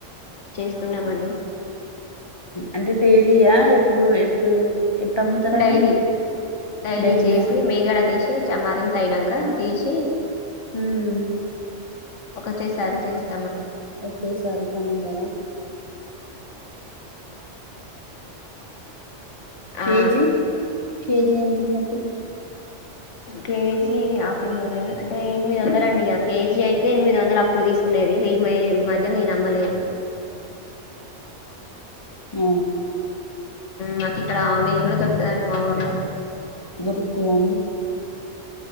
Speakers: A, on the left; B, on the left.
A: న్నామండి
B: అంటే డైలీయా ఎప్పుడు ఎప్పుడు ఎప్పుడు అమ్ముతారండి
A: డైలీ డైలీ
B: డైలీయా
A: చేసి మేగడ తీసి చమారింత అయినాక తీసి
B: హమ్
A: ఒకటసారి చేస్త
B: ఒకతేే సారి కమ్ కా కేజీ
A: ఆ
B: కేజీ ఎతున్నట్టు
A: కేజీ ఆని మూందలు అంటే ఎనిమిది వందల అండి ఇక కేజీ అయితే ఎనిమిది వందలు అప్పుడు తీసుకునేది ఈ ఈ మధ్యలో నేను అమ్మలేదు
B: అ
A: మాకు ఇక్కడ ఆవున్నాయి కూడా దొరుకుదండి మా ఊర్లో
B: రుకేలాన్ని